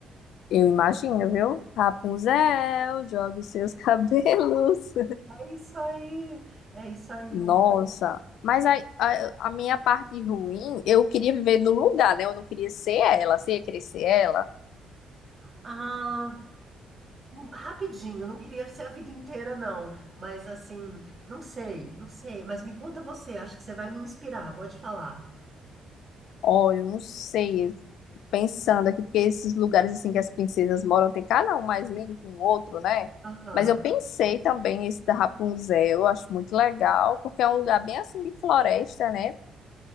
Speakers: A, on the left; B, on the right.
A: Eu imagino, viu? Rapunzel, joga os seus <laughs> cabelos.
B: É isso aí, é isso aí.
A: Nossa, mas a, a, a minha parte ruim, eu queria viver no lugar, né? Eu não queria ser ela, você ia querer ser ela?
B: Ah, um- rapidinho, não queria ser a vida inteira, não. Mas assim, não sei, não sei. Mas me conta você, acho que você vai me inspirar, pode falar.
A: Olha, eu não sei, eu fico pensando aqui, porque esses lugares assim que as princesas moram, tem cada um mais lindo que o outro, né?
B: Aham.
A: Mas eu pensei também esse da Rapunzel, eu acho muito legal, porque é um lugar bem assim de floresta, né?